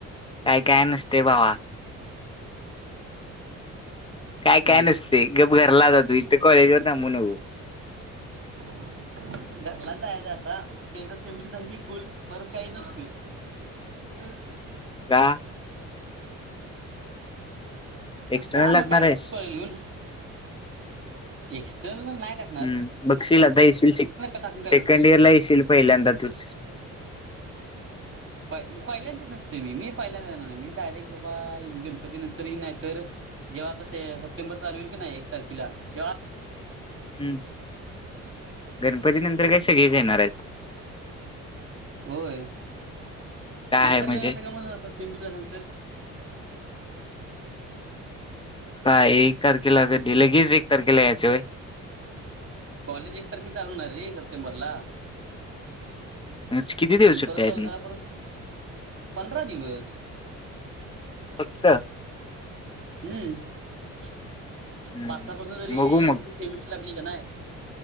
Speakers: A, on the left; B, on the right.
A: काय काय नसते भावा. काय
B: ते
A: काय नसते. गप घरला जा आता तू, इथे कॉलेज वर थांबू नको.
B: <inaudible> घरला जायच आता. ते एकदा सेमशसारखी गुल परत काही येत नसतो. <inaudible>
A: का. एक्सटर्नल
B: काय
A: लागणार
B: मग काय करतोस
A: आहेस
B: कॉलेजला येऊन. एक्स्टर्नल नाही टाक.
A: हम्म. बघशील आता येशील,
B: टाकून काय
A: सेकंड
B: करतोस.
A: इयर ला येशील पहिल्यांदा तूच.
B: पय पहिल्यांदा नसतोय मी. मी पहिल्यांदा नाही येणार. मी डायरेक्ट बाबा इन गणपती नंतर येईन नाहीतर. जेव्हा तसे सप्टेंबर चालू होइल की नाही, एक तारखेला तेव्हा
A: हम्म गणपती नंतर काय सगळेच येणार आहेत.
B: होय.
A: काय
B: एकटा
A: आहे म्हणजे
B: गेलास सगळे मिळून जातोस. तीन दिवसानंतर.
A: काय एक तारखेला अग दिलं लगेच एक तारखेला यायच व्हयं.
B: कॉलेज एक तारखेला चालू होणार रे सप्टेंबर ला.
A: आज किती दिवस सुट्ट्या
B: परत
A: आहेत
B: चौदाला
A: मग
B: परत पंधरा दिवस.
A: फक्त.
B: हम्म.
A: हम्म
B: पाच सहापासून जरी
A: बघू मग
B: आपली सेमिस्टर लागली का नाय.